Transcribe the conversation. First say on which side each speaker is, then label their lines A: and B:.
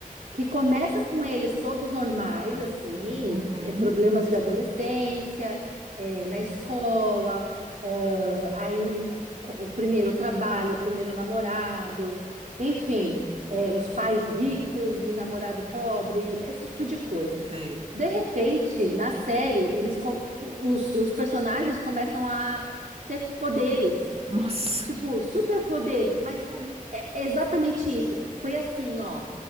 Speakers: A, on the right (about 65°); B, on the right (about 45°).
A: que começa com eles todos normais, assim,
B: Uhum.
A: é, problemas de adolescência, é, na escola, ah, aí co- o primeiro trabalho, o primeiro namorado, enfim, é, os pais ricos e namorado pobre, esse tipo de coisa.
B: Sei.
A: De repente, na série, eles com- os, os personagens começam a ter poderes,
B: Nossa.
A: tipo, superpoderes, mas
B: <laughs>
A: é é exatamente isso. Foi assim, ó.